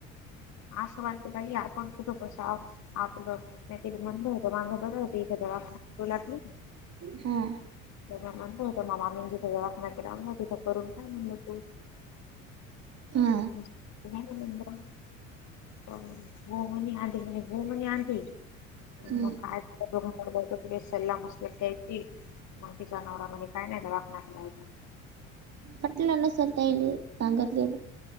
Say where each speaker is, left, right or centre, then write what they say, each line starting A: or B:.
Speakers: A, on the left (about 45°); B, on the right (about 40°).
A: असं वाटतं बाई आपण कुठं बसाव आपलं नाहीतर मनलं होतं माग बरय. ते इतं दवाखाना तुला मी
B: ह्म्म
A: त म्या मनलं होतं मा मामीनं जितं दवाखाना केला तिथं करून टाक मनलं तू <unintelligible>
B: हा
A: हा.. हा.. हा.. भोगाने आण. <inaudible> आणतोय,
B: हम्म
A: मग काय? त्या दोघाकडूनच <inaudible> लांब असलं <inaudible> मामीच्या नवरा मध्ये काय नाई दवाखाना करायचा.
B: पटलं नसल त्यायली.. सांगतलेलं.